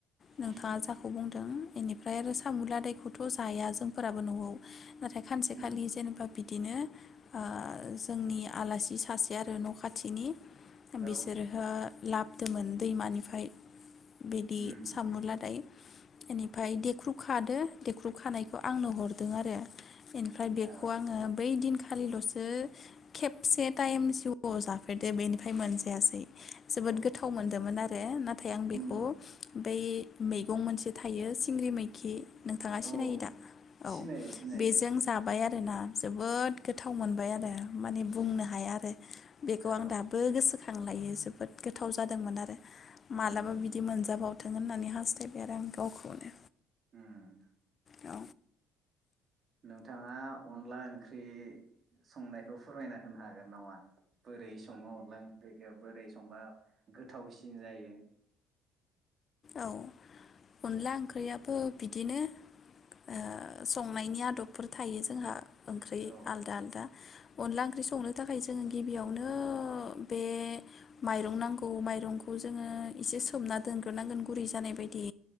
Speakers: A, on the left; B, on the right.
A: नोंथाङा
B: उम
A: जाखौ बुंदों बेनि फ्राय आरो सामुलादायखौथ' जाया जोंफोराबो न'आव। नाथाय खानसेखालि
B: उम
A: जेनेबा। बिदिनो ओ। जोंनि आलासि सासे आरो न'खाथिनि। बिसोरहो।
B: औ
A: लाबदोंमोन दैमानिफ्राय। बिदि
B: उम उम
A: सामुलादाय बेनिफ्राय
B: उम
A: देख्रुब खादो। देख्रुब खानायखौ आंनो हरदों आरो। बेनिफ्राय बेखौ
B: औ
A: आंङो बै दिनखा खालिल'सो। खेबसे टाइम जिआव जाफेरदो बेनिफ्राय मोनजायासै। जोबोद
B: औ
A: गोथाव मोनदोंमोन आरो नाथाय आं बेखौ
B: उम
A: बै, मैगं मोनसे थायो। सिंग्रि मैखि नोंथाङा सिनायो
B: औ
A: दा औ
B: सिनायो सिनायो
A: बेजों जाबाय आरो ना जोबोद
B: उम
A: गोथाव मोनबाय आरो। माने बुंनो हाया आरो बेखौ
B: औ
A: आं दाबो गोसोखां खांलायो जोबोद गोथाव जादोंमोन आरो
B: उम
A: मालाबा
B: उम
A: बिदि मोनजाबाव थों होननानै हास्थायबाय आरो आं गावखौनो,
B: ओम
A: औ
B: नोंथाङा अनला ओंख्रि संनायखौ फोरायना होनो हागोन नामा? बोरै सङो अनला ओंख्रिखौ बोरै संबा गोथावसिन जायो।
A: औ अनला ओंख्रैया बो बिदिनो ओ संनायनि आदबफोर थायो जोंहा, ओंख्रै
B: औ।
A: आलदा आलदा अनला ओंख्रै संनो थाखाय जोङो गिबियावनो बे माइरं नांगौ माइरंखौ जोङो एसे सोमना दोन नांगोन गुरै जानाय बायदि,